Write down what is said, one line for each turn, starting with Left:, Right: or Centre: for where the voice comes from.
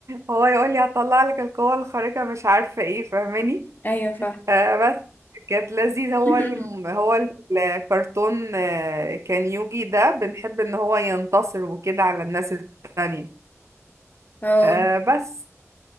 Right: هو يقول لي هطلع لك القوة الخارقة مش عارفة ايه فاهماني
Left: ايوه فاهم
Right: فبس كانت لذيذة هو
Left: <laughs>
Right: الم... هو الكرتون آه، كان يوجي ده بنحب ان هو ينتصر وكده على الناس التانية
Left: اه
Right: آه، بس